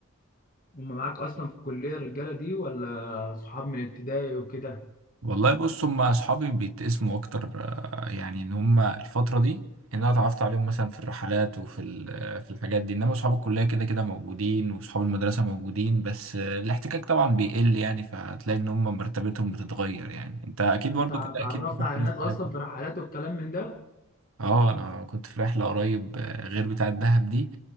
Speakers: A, on the left (about 40°); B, on the right (about 80°).
A: هم معاك اصلا في الكلية الرجالة دي ولا صحاب من ابتدائي وكده
B: والله بص هم اصحابي بيتقسموا اكتر آه، يعني ان هم الفتره دي ان انا اتعرفت عليهم مثلا في الرحلات وفي ال- آه، في الحاجات دي انما اصحاب الكليه كده كده موجودين واصحاب المدرسه موجودين بس آه، الاحتكاك طبعا بيقل يعني فهتلاقي ان هم مرتبتهم بتتغير يعني انت اكيد برضو
A: انت اتعرفت
B: كده اكيد بيكون
A: على
B: في ناس
A: ناس اصلا
B: صحابك.
A: في رحلات والكلام من ده
B: اه انا كنت في رحله قريب آه، غير بتاعه دهب دي